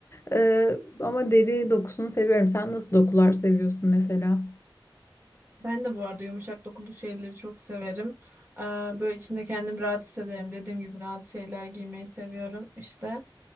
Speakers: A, on the left; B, on the right.
A: Ee, ama deri dokusunu seviyorum. Sen nasıl dokular seviyorsun mesela?
B: Ben de bu arada yumuşak dokulu şeyleri çok severim. Ee, Böyle içinde kendimi rahat hissederim. Dediğim gibi rahat şeyler giymeyi seviyorum işte.